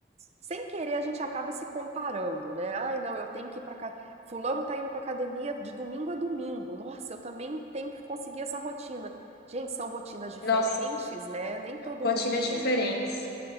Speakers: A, on the right; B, on the left.
A: sem querer, a gente acaba se comparando, né? Ai, não, eu tenho que ir pra cá. Fulano tá indo pra academia de domingo a domingo. Nossa, eu também tenho que conseguir essa rotina. Gente, são rotinas diferentes,
B: Nossa,
A: né? Nem todo
B: rotinas
A: mundo tem.
B: diferentes.